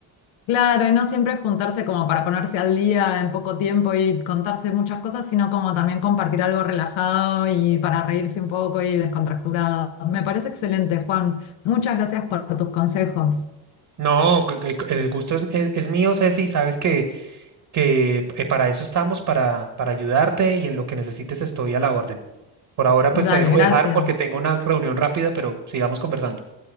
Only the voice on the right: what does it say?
No, que- que- el gusto es, es, es mío, Ceci, sabes que, que eh, para eso estamos, para, para ayudarte y en lo que necesites estoy a la orden. Por ahora
pues te dejo
dejar porque tengo una reunión rápida, pero sigamos conversando.